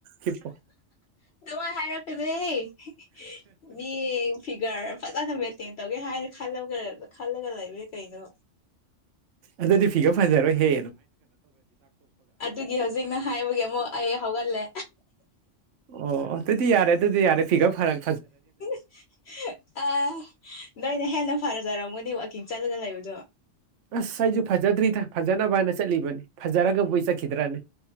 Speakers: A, on the right; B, on the left.
A: ꯍꯤꯞꯄꯣ
B: ꯃꯥꯏ ꯍꯥꯏꯔꯛꯅ ꯑꯦ ꯃꯤ ꯐꯤꯒꯔ ꯐꯖꯅ ꯃꯦꯟꯇꯦꯟ ꯇꯧꯒꯦ ꯍꯥꯏꯅ ꯈꯜꯂ ꯈꯜꯂꯒ ꯂꯩꯕ ꯀꯩꯩꯅꯣ
A: ꯑꯗꯨꯗꯤ ꯐꯤꯒ ꯐꯖꯔꯣꯏ ꯍꯦ
B: ꯑꯗꯨꯒꯤ ꯍꯧꯖꯤꯛꯅ ꯍꯥꯏꯕꯒꯤ ꯑꯃꯨꯛ ꯑꯩ ꯍꯧꯒꯠꯂꯦ
A: ꯑꯣ ꯑꯗꯨꯗꯤ ꯌꯥꯔꯦ ꯑꯗꯨꯗꯤ ꯌꯥꯔꯦ ꯄꯤꯀꯞ ꯐꯔꯪ
B: <unintelligible> ꯑ ꯅꯣꯏꯅ ꯍꯦꯟꯅ ꯐꯔꯖꯔꯝꯒꯗꯤ ꯋꯥꯛꯀꯤꯡ ꯆꯠꯂꯒ ꯂꯩꯕꯗꯣ
A: ꯑꯁ ꯑꯩꯁꯨ ꯐꯖꯗ꯭ꯔꯤꯗ ꯐꯖꯅꯕ ꯍꯥꯏꯅ ꯆꯠꯂꯤꯕꯅꯤ ꯐꯖꯔꯒꯕꯨ ꯑꯩ ꯆꯠꯈꯤꯗ꯭ꯔꯅꯤ